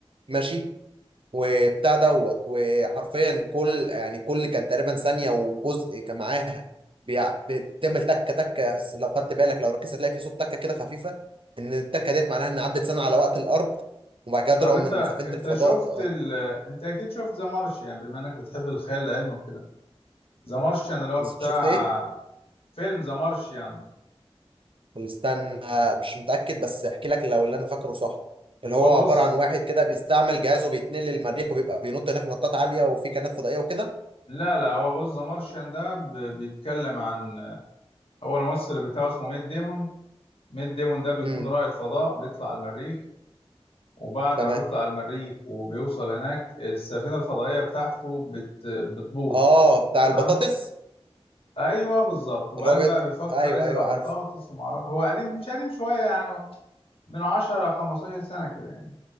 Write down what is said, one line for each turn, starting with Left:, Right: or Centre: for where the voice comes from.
Right: ماشي وبتاع دوت وحرفيا كل يعني كل كان تقريبا ثانية وجزء كان معاها بيع- بتعمل تكة تكة بس لو خدت بالك لو ركزت هتلاقي في صوت تكة كده خفيفة إن التكة ديت معناها إن عدت سنة على وقت الأرض وبعد كده طلعوا
Left: طب انت
Right: من سفينة
Left: انت
Right: الفضاء
Left: شفت
Right: آه،
Left: ال... انت اكيد شفت ذا مارشيان بما انك بتحب الخيال العلمي وكده ذا مارشيان اللي هو بتاع
Right: شفت إيه؟
Left: فيلم ذا مارشيان
Right: استنى آه، مش متأكد بس أحكي لك لو اللي أنا فاكره صح اللي
Left: هو
Right: هو
Left: بص
Right: عبارة عن واحد كده بيستعمل جهازه بيتنقل للمريخ وبيبقى بينط هناك نطات عالية وفي كائنات فضائية وكده
Left: لا لا هو بص ذا مارشيان ده ب... بيتكلم عن هو الممثل بتاعه اسمه ميت ديمون ميت ديمون ده بيكون
Right: امم
Left: رائد فضاء بيطلع المريخ وبعد
Right: تمام
Left: ما بيطلع المريخ وبيوصل هناك السفينة الفضائية بتاعته بت... بتبوظ
Right: اه بتاع
Left: تمام
Right: البطاطس
Left: ايوه بالظبط وبعدين
Right: اللي هو بيت...
Left: بقى بيفكر
Right: ايوه
Left: يزرع
Right: ايوه
Left: بطاطس
Right: عارف
Left: وما اعرف هو قديم مش قديم شوية يعني من 10 15 سنة كده يعني